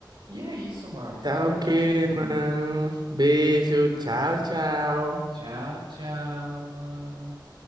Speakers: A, on the right; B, on the right.
A: E é isso, mano. Foi
B: Tá
A: um pra...
B: ok,
A: bastante.
B: mano. Beijo, tchau, tchau.
A: Tchau, tchau, mano.